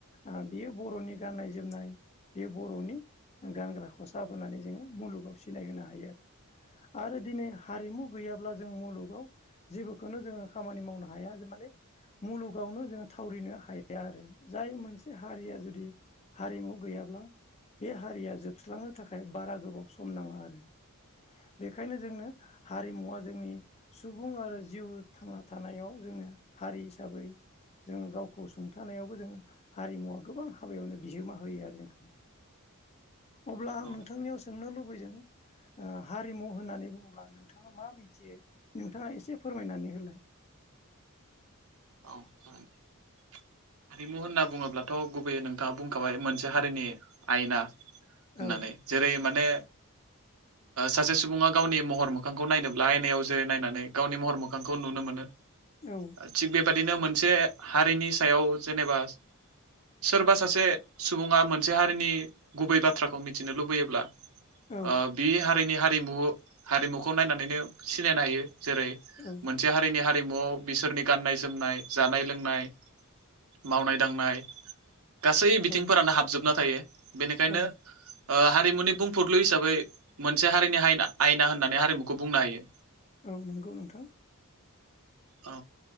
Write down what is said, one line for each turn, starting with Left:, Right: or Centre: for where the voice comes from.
Left: ओ बेयो बर'नि गाननाय जोमनाय बेयो बर'नि गानग्रा खसाब होनानै जोङो मुलुगाव सिनाय होनो हायो आरो आरो दिनै हारिमु गैयाब्ला जों मुलुगाव जेबोखौनो जोङो खामानि मावनो हाया माने मुलुगावनो जोङो थावरिनो हाया आरो जाय मोनसे हारिया जुदि हारिमु गैयाब्ला बे हारिया जोबस्रांनो थाखाय बारा गोबाव सम नाङा आरो बेखायनो जोंनो हारिमुवा जोंनि सुबुं आरो जिउ थांना थानायाव जों हारि हिसाबै जोङो गावखौ सुंथानायावबो जोङो हारिमुवा गोबां हाबायावनो बिहोमा होयो आरो जोंखौ अब्ला आं
Right: औ औ
Left: नोंथांनियाव सोंनो लुबैदों ओ हारिमु होननानै बुङोब्ला नोंथाङा मा मिथियो नोंथाङा एसे फोरमायनानै होलाय <inaudible>
Right: औ हारिमु होनना बुङोब्लाथ गुबैयै नों बिथांङा बुंखाबाय मोनसे हारिनि आयना होननानै
Left: औ
Right: जेरै माने सासे सुबुङा गावनि महर मोखांखौ नायनोब्ला आयनायाव जेरै नायनानै गावनि महर मोखांखौ नुनो मोनो
Left: औ
Right: थिग बेबादिनो मोनसे हारिनि सायाव जेनेबा सोरबा सासे सुबुङा मोनसे हारिनि गुबै बाथ्राखौ मिथिनो लुबैयोब्ला ओ
Left: औ
Right: बे हारिनि हारिमु हारिमुखौ नायनानैनो सिनायनो हायो जेरै
Left: औ
Right: मोनसे हारिनि हारिमुआव बिसोरनि गाननाय जोमनाय जानाय लोंनाय मावनाय दांनाय गासै बिथिंफोरानो
Left: औ
Right: हाबजोबना थायो बेनिखायनो
Left: औ
Right: ओ हारिमुनि बुंफुरलु हिसाबै मोनसे हारिनिना आयना होननानै हारिमुखौ बुंनो हायो
Left: औ नंगौ नोंथां
Right: औ